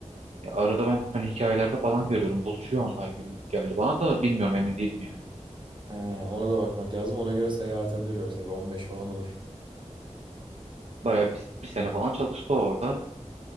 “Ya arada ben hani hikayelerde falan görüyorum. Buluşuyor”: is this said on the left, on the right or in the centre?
Right